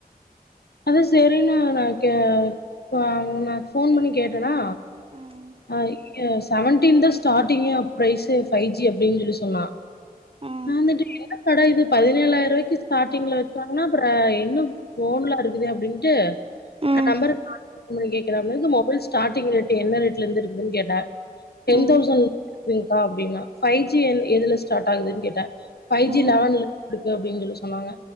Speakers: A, on the left (about 80°); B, on the right (about 35°).
A: அதுவு சேரீன்னு நா கே ப நா ஃபோன் பண்ணி கேட்டன்னா
B: ம்
A: அய்யோ செவன்டீன் தா ஸ்டாட்டிங்கே ப்ரைஸு ஃபை ஜி அப்டின் சொல்லி சொன்னா
B: ம்
A: நா வந்துட்டு என்ன கட இது பதினேழாய்ர்ருவாய்க்கு ஸ்டாட்டிங்ல வெச்சாங்கன்னா அப்பறோ இன்னு ஃபோன்லா இருக்குதே அப்டின்ட்டு
B: ம்
A: நா நம்பரு <inaudible> ஃபோன் பண்ணி கேக்கறார்ன்னதுக்கு மொபைல் ஸ்டாட்டிங் ரேட் என்ன ரேட்லர்ந்து இருக்குதுன் கேட்ட டென்
B: ம்
A: தௌசண்ங்க்கா அப்டின்னா ஃபை ஜி எல எதுல ஸ்டாட் ஆகுதுன் கேட்ட ஃபை ஜி
B: ம்
A: லெவன்லருக்கு அப்டின் சொல்லி சொன்னாங்க